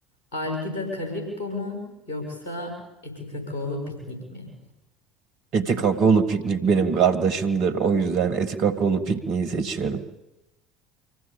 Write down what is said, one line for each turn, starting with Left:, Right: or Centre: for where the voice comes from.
Left: Algida Calippo mu yoksa Eti Kakaolu Piknik mi?
Right: Eti kakaolu piknik benim kardeşimdir. O yüzden eti kakaolu pikniği seçiyorum.